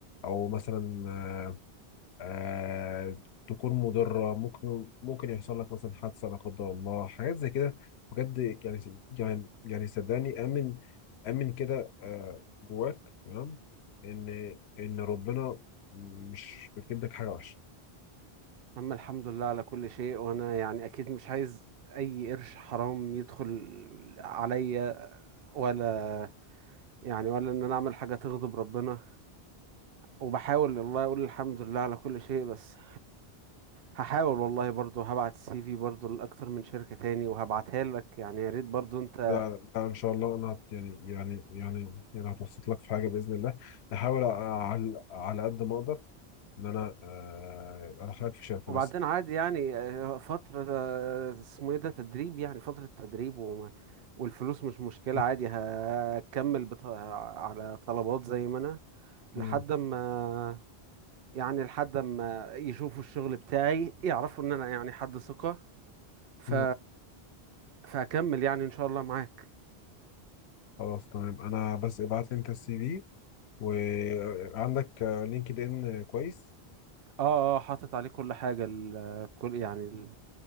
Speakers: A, on the left; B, on the right.
A: او مثلا آه... آه... تكون مضره ممكن ممكن يحصل لك مثلا حادثه لا قدر الله حاجات زي كده بجد يعني يعني يعني صدقني امن امن كده آه... جواك تمام ان ان ربنا مش بيكتب لك حاجه وحشه
B: اما الحمد لله على كل شيء وانا يعني اكيد مش عايز اي قرش حرام يدخل عليا ولا يعني ولا ان انا اعمل حاجه تغضب ربنا وبحاول والله اقول الحمد لله على كل شيء بس هحاول والله برضو هبعت السي في برضو لأكتر من شركة تاني وهبعتها لك يعني يا ريت برضو انت
A: لا لا ان شاء الله انا هت- يعني يعني يعني يعني هتوسط لك في حاجه باذن الله احاول على على قد ما اقدر ان انا آه، ادخلك في شركه
B: وبعدين
A: بس
B: عادي يعني آه، فترة آه، اسمه ايه ده تدريب يعني فترة تدريب وما والفلوس مش مشكلة
A: م-
B: عادي هكمل بط... على طلبات زي ما انا
A: م-
B: لحد ما يعني لحد ما يشوفوا الشغل بتاعي يعرفوا ان انا يعني حد ثقة ف...
A: م.
B: فهكمل يعني ان شاء الله معاك
A: خلاص تمام انا بس ابعت لي انت السي في وعندك لينكد ان كويس
B: اه اه حاطط عليه كل حاجة ال... كل يعني